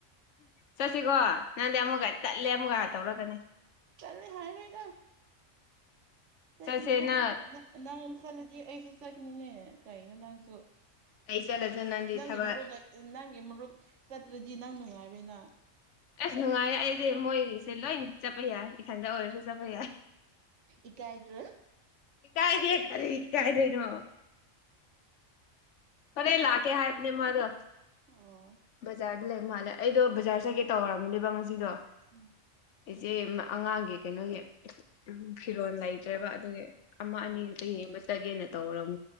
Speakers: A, on the left (about 70°); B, on the right (about 70°).
A: ꯆꯠꯁꯤꯀꯣ ꯅꯪꯗꯤ ꯑꯃꯨꯛꯀ ꯇꯠꯂꯦ ꯑꯃꯨꯛꯀ ꯇꯧꯔꯛꯀꯅꯤ
B: ꯆꯠꯅꯤ ꯍꯥꯏ ꯅꯣꯏꯗ ꯆꯠꯈꯤꯅꯤꯅ
A: ꯆꯠꯁꯦ ꯅꯪ
B: ꯅꯪ ꯆꯠꯂꯗꯤ ꯑꯩꯁꯨ ꯆꯈꯤꯅꯤꯅꯦ ꯀꯩꯅꯣ ꯅꯪꯁꯨ
A: ꯑꯩ ꯆꯠꯂꯁꯨ ꯅꯪꯗꯤ
B: ꯅꯪꯒꯤ
A: ꯊꯕꯛ
B: ꯃꯔꯨꯞ ꯅꯪꯒꯤ ꯃꯔꯨꯞ ꯆꯠꯇ꯭ꯔꯗꯤ ꯅꯪ ꯅꯨꯡꯉꯥꯏꯔꯣꯏꯅ
A: ꯑꯁ ꯅꯨꯡꯉꯥꯏ ꯑꯩꯗꯤ ꯃꯣꯏꯁꯦ ꯂꯣꯏ ꯆꯠꯄ ꯌꯥꯏ ꯏꯊꯟꯗ ꯑꯣꯏꯔꯁꯨ ꯆꯠꯄ ꯌꯥꯏ
B: ꯏꯀꯥꯏꯗ꯭ꯔꯣ
A: ꯀ ꯀꯥꯏꯗꯦ ꯀꯔꯤꯒꯤ ꯏꯀꯥꯏꯗꯣꯏꯅꯣ ꯐꯔ ꯂꯥꯛꯀꯦ ꯍꯥꯏꯕꯅꯦ ꯃꯗꯣ
B: ꯑꯣ
A: ꯕꯖꯥꯔꯗ ꯂꯩ ꯃꯥꯜꯂꯦ ꯑꯩꯗꯣ ꯕꯖꯥꯔ ꯆꯠꯀꯦ ꯇꯧꯔꯝꯅꯦꯕ ꯉꯁꯤꯗꯣ
B: ꯎꯝ
A: ꯑꯩꯆꯦ ꯑꯉꯥꯡꯒꯤ ꯀꯩꯅꯣꯒꯤ ꯐꯤꯔꯣꯜ ꯂꯩꯇ꯭ꯔꯦꯕ ꯑꯗꯨꯒꯤ ꯑꯃ ꯑꯅꯤ
B: ꯑꯣ
A: ꯀ ꯌꯦꯡꯕ ꯆꯒꯦꯅ ꯇꯧꯔꯝ